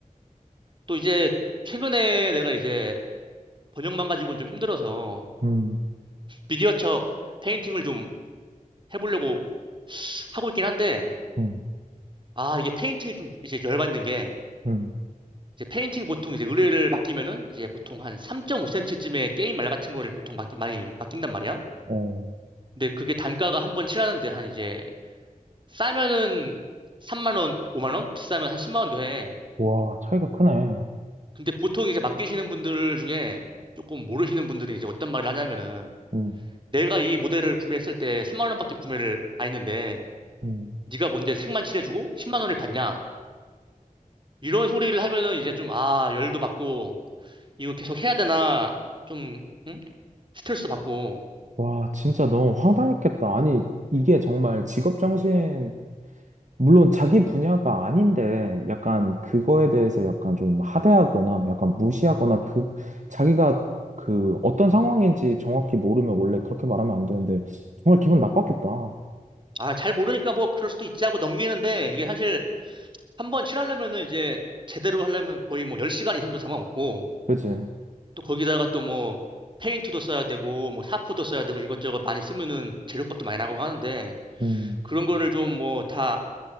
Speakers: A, on the right (about 35°); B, on the right (about 60°).
A: 또 이제 최근에 내가 이제 번역만 가지고는 좀 힘들어서
B: 음,
A: 미디어처 페인팅을 좀 해보려고 하고 있긴 한데
B: 음,
A: 아, 이게 페인팅이 좀 이제 열받는 게,
B: 음.
A: 이제 페인팅 보통 이제 의뢰를 맡기면은 이제 보통 한 3.5cm쯤의 게임 말 같은 거를 보통 맡기, 많이 맡긴단 말이야.
B: 어,
A: 근데 그게 단가가 한번 칠하는데 한 이제 싸면은 3만 원, 5만 원, 비싸면 한 10만 원도 해.
B: 와, 차이가 크네.
A: 근데 보통 이제 맡기시는 분들 중에 조금 모르시는 분들이 이제 어떤 말을 하냐면은
B: 음,
A: 내가 이 모델을 구매했을 때 3만 원밖에 구매를 안 했는데
B: 음.
A: 네가 뭔데 색만 칠해주고 10만 원을 받냐? 이런 소리를 하면은 이제 좀 아, 열도 받고 이거 계속 해야 되나, 좀, 응? 스트레스 받고.
B: 와, 진짜 너무 황당했겠다. 아니, 이게 정말 직업 정신, 물론 자기 분야가 아닌데, 약간 그거에 대해서 약간 좀 하대하거나, 약간 무시하거나, 그, 자기가 그 어떤 상황인지 정확히 모르면 원래 그렇게 말하면 안 되는데, 정말 기분 나빴겠다.
A: 아, 잘 모르니까 뭐 그럴 수도 있지 하고 넘기는데, 이게 사실 한 번 칠하려면은 이제 제대로 하려면 거의 뭐 10시간 이상도 잡아먹고,
B: 그지?
A: 또 거기다가 또 뭐 페인트도 써야 되고, 뭐 사포도 써야 되고, 이것저것 많이 쓰면은 재료값도 많이 나가고 하는데,
B: 음,
A: 그런 거를 좀 뭐 다